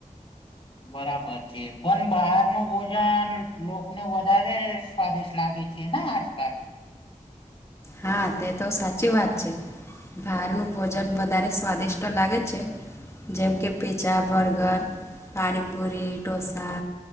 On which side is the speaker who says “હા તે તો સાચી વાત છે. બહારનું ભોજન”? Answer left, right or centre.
Left